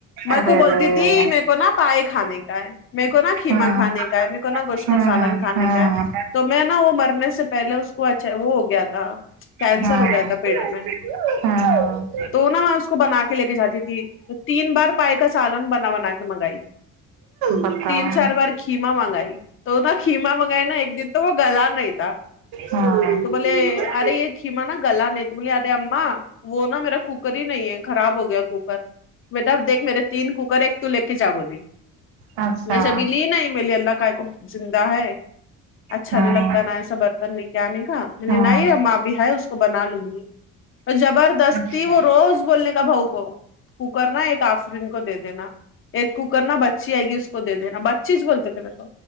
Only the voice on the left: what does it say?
میں
کو بولتی
تھی میر کو نا پائے کھانے کا ہے میں کو نا کھیما
کھانے کا ہے میرے کو نا گوشت
کا سالن کھانے
کا ہے تو میں نا وہ مرنے سے پہلے اس کو اچھا وہ ہو گیا تھا کینسر
ہو گیا تھا پیٹ میں
تو نہا میں اس کو بنا کے لے کے جاتی تھی تو تین بار پائے کا سالن بنا بنا کے منگائی
تین چار بار کھیما منگائی تو تھا کما منگائی نا ایک دن تو وہ گلا نہیں تھا
تو بولے ارے یہ کھیما نا گلا نہیں تم لے ارے اما وہ نا میرا کوکر ہی نہیں ہے خراب ہو گیا کوکر بیٹادیکھ دیک میرے تین کوکر ایک تو لے کے جا بولی
میں جبھی لی ن ہی می لیے اللہ کا کو زندہ ہے اچھا
نہیں لگتا نا ایسا برتن لے کے آنے کا نہیں
ابھی کو بنا لوں گی تو زبردست
تھی وہ روز بولنے کا بؤ کو کوکرنا ایک آفرین کو دے دینا ایک کوکر نا بچی آئے گی اس کو دے دینا بچی یچ بولتے تھے میرے کو